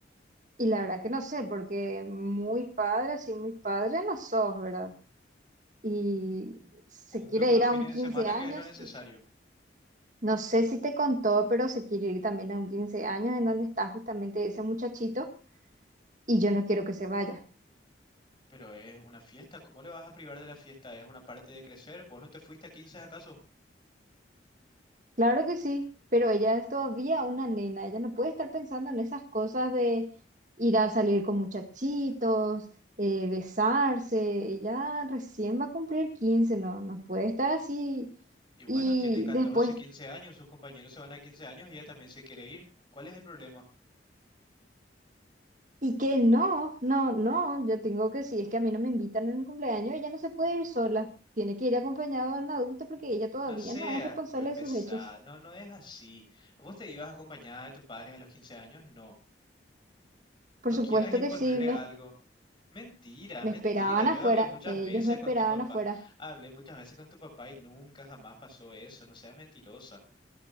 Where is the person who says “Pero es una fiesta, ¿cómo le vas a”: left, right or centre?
Left